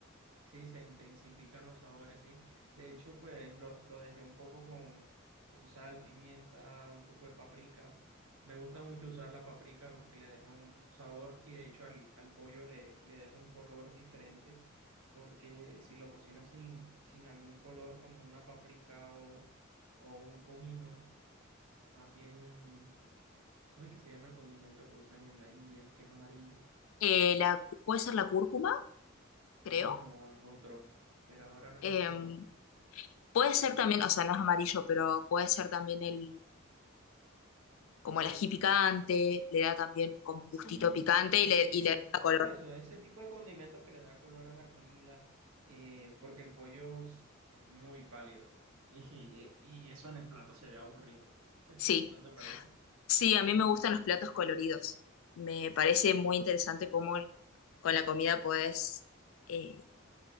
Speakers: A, on the right; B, on the left.
A: Sí, se intensifican los sabores, sí. De hecho, pues lo, lo dejé un poco con, con sal, pimienta, un poco de paprika. Me gusta mucho usar la paprika porque le deja un, un sabor y de hecho al, al pollo le, le deja un color diferente porque si lo cocinas sin, sin algún color como una paprika o, o un comino, más bien un... ¿Cómo es que se llama el condimento que usan en la India, que es amarillo?
B: Eh, la, puede ser la cúrcuma, creo.
A: No, es otro, pero ahora no
B: Em,
A: me acuerdo.
B: puede ser también, o sea, no es amarillo, pero puede ser también el, como el ají picante, le da también como un
A: Sí,
B: gustito picante
A: eh,
B: y le, y le da color.
A: por eso, ese tipo de condimentos que le da color a la comida, eh, porque el pollo es es muy pálido <laughs> y, y eso en el plato se ve aburrido, <laughs>
B: Sí,
A: ¿no te parece?
B: sí, a mí me gustan los platos coloridos. Me parece muy interesante cómo con la comida puedes, eh,